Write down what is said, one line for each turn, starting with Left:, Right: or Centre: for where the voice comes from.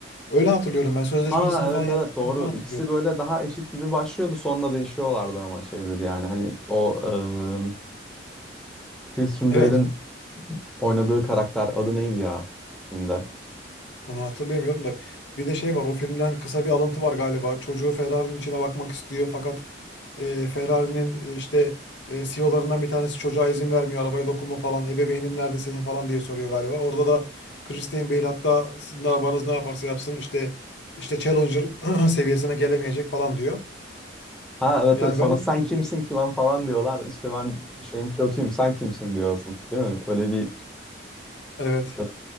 Left: öyle hatırlıyorum ben sözleşmesini
Centre: Ha evet
Left: falan yaptığını
Centre: evet doğru.
Left: falan hatırlıyorum.
Centre: İkisi böyle daha eşit gibi başlıyordu. Sonra değişiyorlardı ama şeydir yani hani o e, Christian
Left: Evet.
Centre: Bale'in Oynadığı karakter adı neydi ya filmde?
Left: Onu hatırlayamıyorum da. Bir de şey var o filmden kısa bir alıntı var galiba. Çocuğu Ferrari'nin içine bakmak istiyor fakat e, Ferrari'nin e, işte e, CEO'larından bir tanesi çocuğa izin vermiyor. Arabaya dokunma falan. Ebeveynin nerede senin falan diye soruyor galiba. Orada da Christian Bale hatta sizin arabanız ne yaparsa yapsın işte işte Challenger <clears throat> seviyesine gelemeyecek falan diyor.
Centre: Ha evet,
Left: Yani
Centre: evet sonra
Left: ben
Centre: sen
Left: de
Centre: kimsin
Left: bilmiyorum.
Centre: ki lan falan diyorlar. İşte ben şeyin pilotuyum sen kimsin diyor asıl değil mi? Öyle bir
Left: Evet.
Centre: Ee,